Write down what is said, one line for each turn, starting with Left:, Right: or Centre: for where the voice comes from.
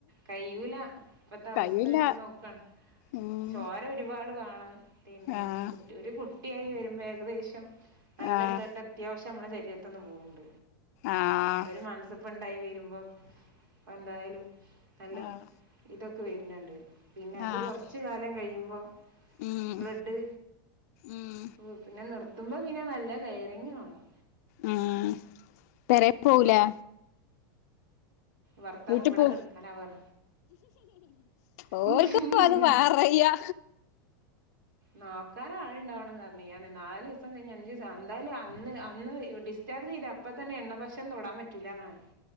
Right: കയ്യൂല ഇപ്പത്തെ അവസ്ഥ
Left: കയ്യില്ല
Right: വെച്ച് നോക്കാ
Left: ഉം
Right: ചോര ഒരുപാട് വാണം പിന്നെ
Left: ആഹ്
Right: കുട്ടി ഒരു കുട്ടിയായി വരുമ്പേ <unintelligible> നല്ല
Left: ആഹ്
Right: ബ്ലഡ് അത്യാവശ്യം നമ്മളെ ശരീരത്ത്ന്ന് പോവ്ണ്ട്
Left: ആഹ്
Right: ഒര് മന്സപ്പണ്ടായി വരുമ്പോ ആഹ് എന്തായാലും നല്ലോം
Left: ആഹ്
Right: ഇതൊക്കെ വര്ന്ണ്ട് പിന്നെ അത്
Left: ആഹ്
Right: കൊറച്ച് കാലം കയുമ്പോ
Left: ഉം
Right: ബ്ലഡ്
Left: ഉം
Right: ഓഹ് പിന്നെ നിർ- ത്തുമ്പോ പിന്നെ നല്ല കെയറിങ്ങ് വാണം
Left: ഉം പെരെ പോവുലേ
Right: ഏ ഭർത്താവ്
Left: വീട്ടി
Right: ഇവടെ
Left: പോ
Right: കെട്ക്കാനവറ
Left: ഓര്ക്കും
Right: ഉം <unintelligible>
Left: അത് പറയാ
Right: നോക്കാനാള്ണ്ടാവണം എന്നർഞ്ഞ് ഞാർഞ്ഞ് നാലോസം കഴിഞ്ഞ് അഞ്ചീസം ആഹ് എന്തായാലും അന്ന് അന്ന് ഏഹ് ഡിസ്ചാർജ് ചെയത അ ഇപ്പ തന്നെ എണ്ണ ഭക്ഷൺ തൊടാ പറ്റൂല്ലാന്നാണ്